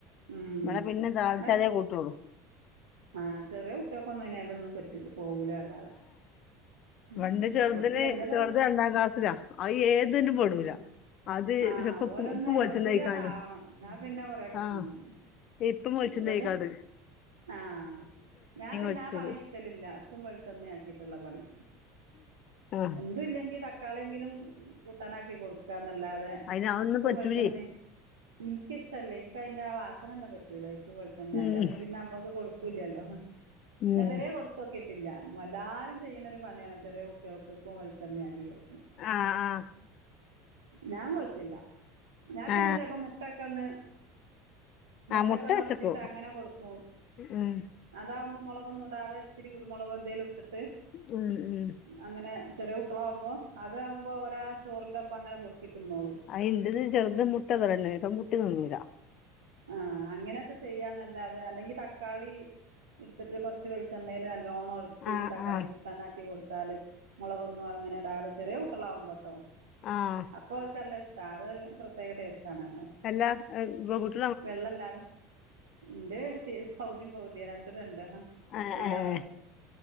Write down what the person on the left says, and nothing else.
ഇവിടെ പിന്നെ ദാൽച്ചാലേ
കൂട്ടുള്ളൂ
ഇന്റെ ചെർതിന്
ചെർത് രണ്ടാം ക്ലാസ്സിലാ അത് ഏതിലും പെടൂല.
അത്
ചെപ്പോ ഉപ്പു
ഉപ്പു വെള്ച്ച
ണ്ണായ്ക്കാണ്ട്
ആഹ്
ഇപ്പും വെളിച്ചെണ്ണയ്ക്കാണ്ട്
വെച്ചത്
ആ
അതിന് അതൊന്നും
പറ്റൂലേ
ഉം.
ഉം.
ആഹ ആഹ്
ആ
ആ മുട്ട
വെച്ചപ്പോ
ഉം
ഉം ഉം
അയ്ന്റെത് ചെറ്ത് മുട്ട തു <unintelligible> ഇപ്പ മുട്ടേ തിന്നൂലാ
ആ
ആ
ആഹ്
അല്ലാ ഹ് ബ്ബോ ഗുഡ്
ആഹ്
ആഹ്